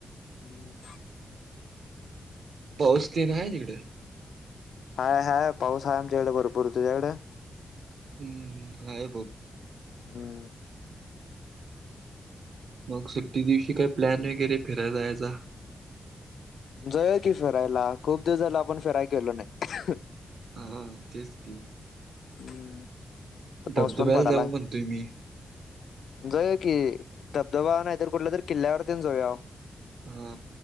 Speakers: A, on the left (about 75°); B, on the right (about 60°).
A: हम्म.
B: पाऊस तेन आहे <inaudible> तिकडे.
A: हाय, हाय, पाऊस आहे आमच्याकडे भरपूर. तुझ्याकडे?
B: हम्म हम <inaudible> हा <inaudible> ब
A: हम.
B: मग सुट्टी दिवशी काय प्लॅन वगैरे फिरायला जायचा.
A: <inaudible> जयल की फिरायला खूप <inaudible> दिवससाला आपण फिराय <inaudible> केलो नाही.
B: हा तेच की.
A: हम्म. तर पाऊस
B: धबधब्याला
A: पण पडालाय
B: जाऊ म्हणतोय मी.
A: जाऊया कि धबधबा नाहीतर कुठल्या तरी किल्ल्यावरती जाऊया.
B: हा